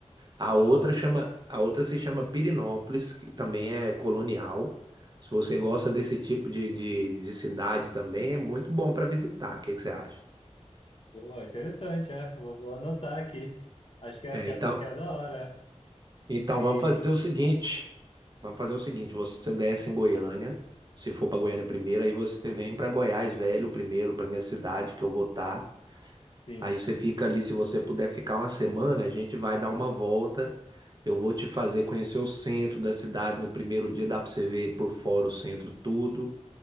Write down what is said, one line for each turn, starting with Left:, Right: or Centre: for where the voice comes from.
Right: A
Left: Aham.
Right: outra chama, a outra se chama Pirinópolis que também é colonial. Se você gosta desse tipo de, de, de cidade também, é muito bom para visitar. O que que você acha?
Left: Pô, é interessante, é. Vou, vou anotar aqui. Acho que é,
Right: É,
Left: que é,
Right: então,
Left: do- que é da hora.
Right: então
Left: é. E
Right: vamos fazer o seguinte. Vamos fazer o seguinte, você desce em Goiânia, se for para Goiânia primeiro, aí você vem para Goiás Velho primeiro, para minha cidade, que eu vou estar.
Left: sim.
Right: Aí você fica ali, se você puder ficar uma semana, a gente vai dar uma volta. Eu vou te fazer conhecer o centro da cidade. No primeiro dia dá para você ver por fora o centro todo.